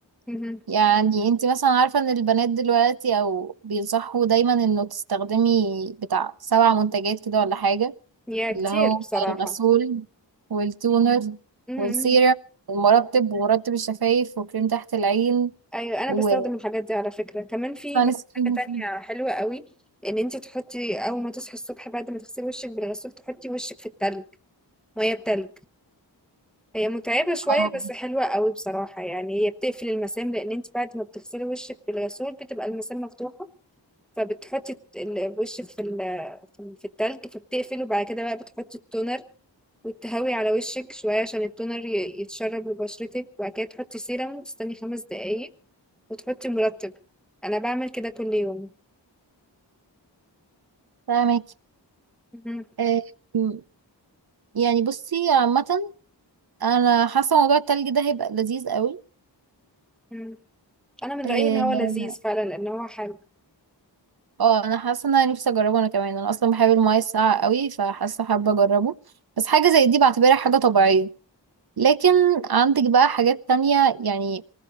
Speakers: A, in the centre; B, on the right.
A: مهم.
B: يعني انتي مثلا عارفة ان البنات دلوقتي او بينصحوا دايما انه تستخدمي بتاع سبع منتجات كده ولا حاجة
A: يا
B: اللي
A: كتير
B: هو
A: بصراحة
B: الغسول والتونر
A: مهم.
B: والسيرم والمرطب ومرطب الشفايف وكريم تحت العين
A: ايوه انا
B: و
A: بستخدم الحاجات دي على فكرة كمان في
B: سان
A: ب-
B: سكرين
A: حاجة تانية حلوة قوي ان انت تحطي اول ما تصحي الصبح بعد ما تغسلي وشك بالغسول تحطي وشك في التلج مية بتلج هي متعبة شوية
B: اه
A: بس حلوة قوي بصراحة يعني هي بتقفل المسام لأن انت بعد ما بتغسلي وشك بالغسول بتبقى المسام مفتوحة فبتحطي الت- ال- وشك في ال في ال- في التلج فبتقفل وبعد كده بقى بتحطي التونر وتهوي على وشك شوية عشان التونر ي- يتشرب لبشرتك وبعد كده تحطي سيرم وتستني خمس دقايق وتحطي مرطب أنا بعمل كده كل يوم
B: فاهمك
A: مهم.
B: آه، م- يعني بصي عامة انا حاسة موضوع التلج ده هيبقى لذيذ قوي
A: مهم. أنا من
B: اه
A: رأيي إن هو لذيذ فعلا لأن هو حلو
B: آه، انا حاسة ان انا نفسي اجربه انا كمان انا اصلا بحب المياه الساقعة قوي فحاسة حابة اجربه بس حاجة زي دي بعتبرها حاجة طبيعية لكن عندك بقى حاجات تانية يعني